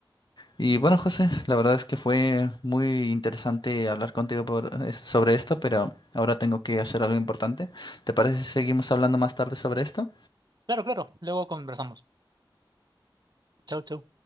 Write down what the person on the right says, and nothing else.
Claro, claro, luego conversamos. Chau, chau.